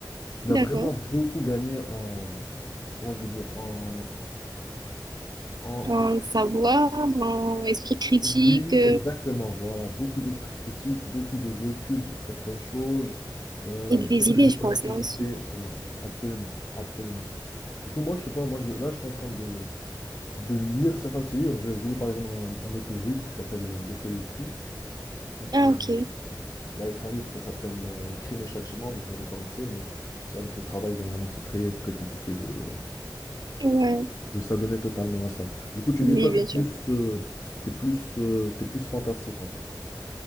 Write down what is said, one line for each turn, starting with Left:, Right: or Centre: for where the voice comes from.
Left: il
Right: D'accord.
Left: a vraiment beaucoup gagné en comment je vais dire en en
Right: En savoir, en esprit critique
Left: Oui,
Right: euh,
Left: exactement. Voilà, beaucoup d'esprit critique, beaucoup de recul sur certaines choses, euh,
Right: et des
Left: beaucoup
Right: idées,
Left: de
Right: je
Left: maturité.
Right: pense, non? aussi.
Left: Ouais, absolument, absolument. Du coup, moi, je sais pas, moi, je- là, je suis en train de, de lire certains de ses livres. Je, je lis par exemple un, un auteur russe qui s'appelle euh, Dostoïevski. Donc,
Right: Ah,
Left: euh,
Right: ok.
Left: il a écrit un livre, ça s'appelle euh, Crime et Châtiment. Donc, je l'avais commencé, mais tu sais, avec le travail dernièrement, c'est très, c'est très compliqué de,
Right: Ouais.
Left: de s'adonner totalement à ça. Du coup, tu
Right: Oui,
Left: me dis, toi, t'es
Right: bien
Left: plus,
Right: sûr.
Left: euh, t'es plus, euh, t'es plus fantastique en fait.